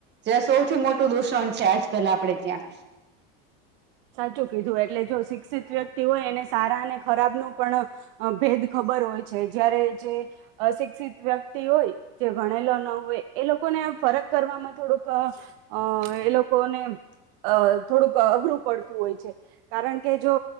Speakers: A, on the right; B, on the right.
A: જે સૌથી મોટું દૂષણ છે આજકાલ આપણેે ત્યાં.
B: સાચું કીધું એટલે જો શિક્ષિત વ્યક્તિ હોય એને સારા અને ખરાબનું પણ અ ભેદ ખબર હોય છે જયારે જે અશિક્ષિત વ્યક્તિ હોય જે ભણેલો ન હોય એ લોકોને ફરક કરવામાં થોડુંક અ એ લોકોને અ થોડુંક અઘરું પડતું હોય છે. કારણ કે જો